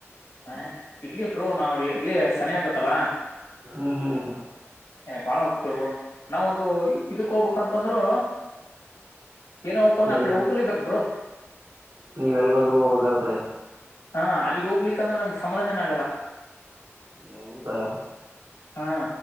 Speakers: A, on the left; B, on the right.
A: ಹ ಇಡ್ಲಿ ಬರು ನಾವ್ ಇಡ್ಲಿ ಸನಿ ಆಗತ್ತಲ್ಲಾ
B: ಹ್ಮ್ ಹ್ಮ್
A: ಹ ಬಾಳಕ್ಕಬ ನಾವ ಒಂದು ಇದಕ್ ಹೋಗ್ಬೇಕಂತಂದ್ರು ಏನ ಹೋಗ್ಬೇಕ ಅಂದ್ರ
B: ಎಲ್
A: ಆಕಡೆ ಹೋಗಲೇಬೇಕಕ್ ಬರು
B: ನೀವ್ ಎಲ್ಗೋದ್ರೂ ಹೋಗ್ಬೇಕಾದ್ರೆ
A: ಹಾ ಅಲ್ಲಿಗ್ೋಗ್ಲಿ ಅಂದ್ರೆ ನಮ್ಗ್ ಸಮಾಧಾನನ ಆಗಲ್ಲ
B: ಹೌದಾ
A: ಹಾ